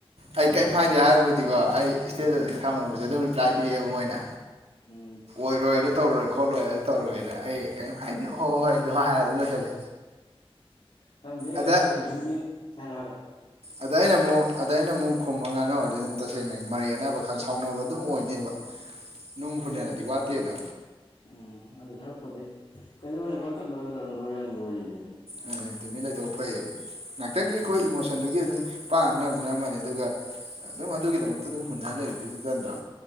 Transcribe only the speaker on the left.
ꯑꯣ
ꯎꯝ
ꯎꯝ
ꯅꯗꯦ
ꯑꯩ ꯌꯨꯝꯒꯤ ꯍꯥꯏꯔ ꯍꯥꯏꯔ
ꯍꯣꯏꯅꯦ
ꯎꯝ ꯑꯗꯨꯗ ꯁꯔꯛꯄꯗ ꯀꯩꯅꯣꯅꯦ ꯋꯥꯔꯜ ꯀꯞ ꯂꯣꯏꯕꯗ ꯑꯗꯨꯝ ꯂꯣꯏꯔꯅꯤ ꯋꯥꯔꯤꯗꯗꯤ
ꯎꯝ